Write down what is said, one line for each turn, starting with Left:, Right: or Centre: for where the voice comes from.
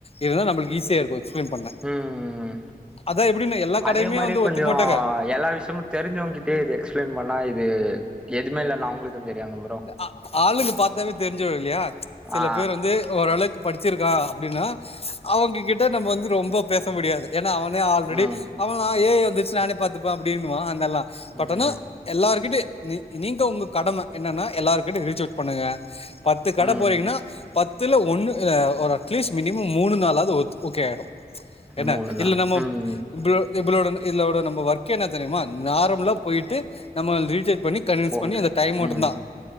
Left: இருதா நம்ளுக்கு ஈசியாருக்கு எக்ஸ்ப்ளைன் பண்ண
Centre: ம்
Left: அதா எப்டின்னு எல்லா கடையுமே
Centre: அதே மாரி
Left: வந்து
Centre: கொஞ்சோ
Left: ஒத்துக்க மாட்டாங்க
Centre: எல்லா விஷ்யமு தெரிஞ்சவ்ங்கிட்டே இது எக்ஸ் ப்ளைன் பண்ணா இது எதுமே இல்லலா அவ்ங்ளுக்கு தெரியாம புரோ
Left: ஆ ஆளுக்கு பாத்தவே தெரிஞ்சிரு இல்லயா சில
Centre: ஆ
Left: பேர் வந்து ஓரளக் படிச்சிருகா அப்டின்னா அவங்க கிட்ட நம்ம வந்து ரொம்ப பேச முடியாது ஏன்னா அவனே ஆல்ரெடி
Centre: ம்
Left: அவந்தா ஏ ஐ வந்துருச் நானே பாத்துப்ப அப்டின்னுவா அந்னெல்லா பட்
Centre: ம்
Left: ஆனா எல்லார்க்கிட்டி நீ நீங்க உங்க கடம என்னன்னா எல்லார்கிட்ட ரீச்அவ்ட் பண்ணுங்க பத்து கட
Centre: ம்
Left: போறீங்கன்னா பத் துல ஒன்னு அ ஒரு அட்லீஸ்ட் மினிமம் மூணு நாளாவது ஒத் ஓகே ஆயிடு என்ன
Centre: மூணுதா
Left: இல்ல நாம
Centre: ம்
Left: <unintelligible> இதோட நம்ம ஒர்க் என்ன தெரியுமா நார்மலா போயிட்டு நம்ம <unintelligible>
Centre: போ
Left: பண்ணி அந்த டைம்
Centre: உம்
Left: மட்டுந்தா